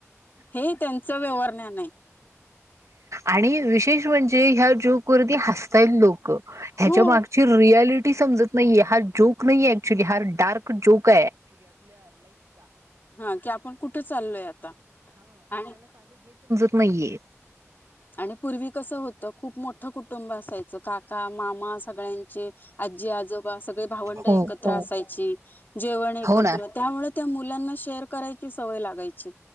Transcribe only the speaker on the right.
आणि विशेष म्हणजे ह्या जो करदी हताईल लो हच्या
माग रल समजत नाहीये हा जोक नाहीे ऍक्च्युली हा डार्क जोक
नाहीे
हो हो
हो ना